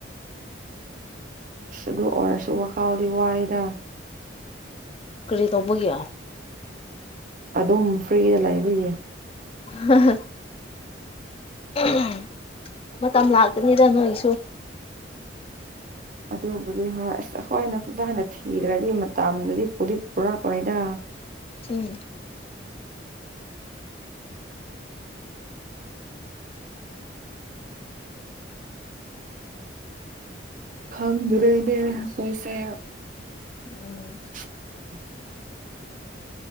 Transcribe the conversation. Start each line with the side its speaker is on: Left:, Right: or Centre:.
Right: ꯑꯁ ꯑꯗꯨ ꯑꯣꯏꯔꯁꯨ ꯋꯥꯈꯜꯗꯤ ꯋꯥꯏꯌꯦꯗ
Left: ꯀꯔꯤ ꯇꯧꯕꯒꯤ
Right: ꯑꯗꯨꯝ ꯐ꯭ꯔꯤꯗ ꯂꯩꯕꯒꯤ
Left: ꯍꯥ ꯍꯥ ꯎꯝ ꯃꯇꯝ ꯂꯥꯛꯀꯅꯤꯗ ꯅꯣꯏꯒꯤꯁꯨ
Right: ꯑꯗꯨꯕꯨꯗꯤ ꯍꯣꯏ ꯑꯁ ꯑꯈꯣꯏꯅ ꯐꯖꯅ ꯊꯤꯗ꯭ꯔꯗꯤ ꯃꯇꯝꯗꯨꯗꯤ ꯄꯨꯗꯤ ꯄꯨꯔꯛꯑꯣꯏꯗ
Left: ꯎꯝ
Right: ꯈꯪꯗ꯭ꯔꯦꯅꯦ ꯑꯩꯈꯣꯏꯁꯦ
Left: ꯎꯝ
Right: <inaudible>